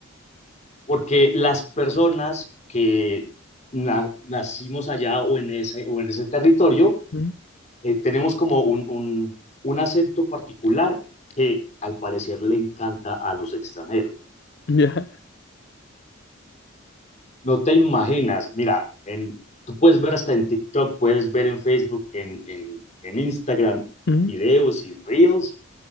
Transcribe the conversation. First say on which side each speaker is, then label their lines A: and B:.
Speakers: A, on the left (about 35°); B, on the left (about 50°).
A: porque las personas que na- nacimos allá o en ese, o en ese territorio,
B: Mm, <laughs>
A: eh, tenemos como un, un, un acento particular que al parecer le encanta a los extranjeros.
B: Ya.
A: No te imaginas, mira, en, tú puedes ver hasta en TikTok, puedes ver en Facebook, en, en, en Instagram,
B: mm,
A: videos y reels